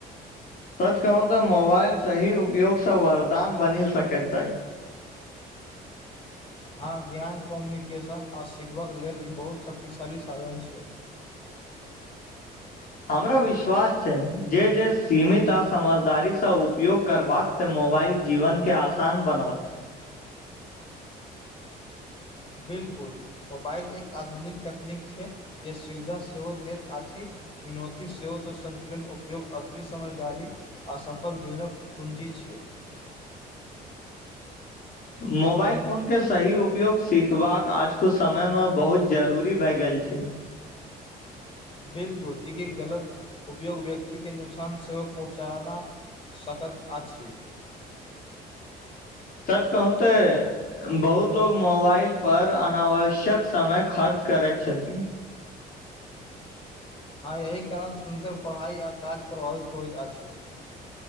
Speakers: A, on the left; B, on the left.
A: सच कहू तऽ मोबाइल सही उपयोगसँ वरदान बनिल सकैत अछ
B: हँ ज्ञान कोम्युनिकेशन आ सिखबक लेल ई बहुत शक्तिशाली साधन छ
A: हमरा विश्वास छै जे जे सीमित आ समझदारीसँ उपयोग करबा तऽ मोबाइल जीवनके आसान बनौत
B: बिल्कुल मोबाइल एक आधुनिक तकनीक छै जे सुविधा सेहो दैत अछ चुनौती सेवत संन्तुलन उपयोग असल समझदार असफल जीवनक पूँजी छ
A: मोबाइल फोन के सही उपयोग सीखबाक आजक समय मे बहु जरूरी भए गेल छ
B: बिलकुल कि गलत उपयोग व्यक्ति के नुकसान सेहो पहुँचान सकैत अछ
A: सच कहुँन बहुत लोग मोबाइल पर अनावश्यक समय खर्च करैत छथि
B: हँ एहि कारण सुननकर पढ़ाइ आ काज प्रभावित होइत अछ